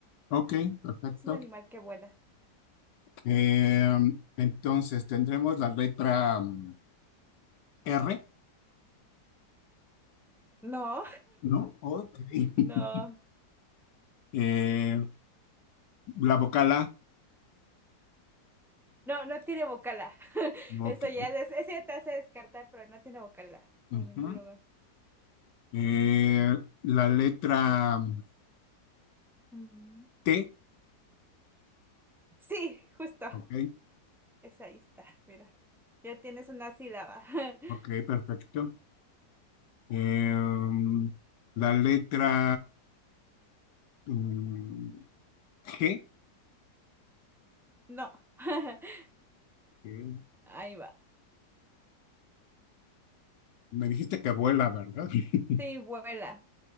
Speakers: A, on the left; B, in the centre.
A: Ok, perfecto.
B: Es un animal que vuela.
A: Eh, entonces tendremos la letra mm, R,
B: No,
A: ¿no? Ok. <laughs>
B: <laughs> no,
A: Eh, la vocal A,
B: no, no tiene vocala. <laughs>
A: ok.
B: Eso ya, es, eso ya te hace descartar, pero no tiene vocala en
A: ujú.
B: ningún lugar.
A: Eh, la letra mm,
B: Ujú.
A: T,
B: Sí, justo.
A: ok,
B: Esa ahí está, mira. Ya tienes una sílaba. <laughs>
A: ok, perfecto. Em, la letra mm, G.
B: No. <laughs>
A: Ok.
B: Ahí va.
A: Me dijiste que vuela, ¿verdad? <laughs>
B: Sí, vuela.